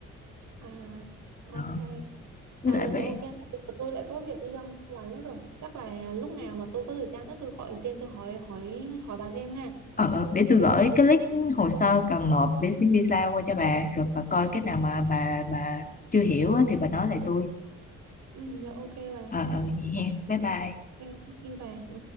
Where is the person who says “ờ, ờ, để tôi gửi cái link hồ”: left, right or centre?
Left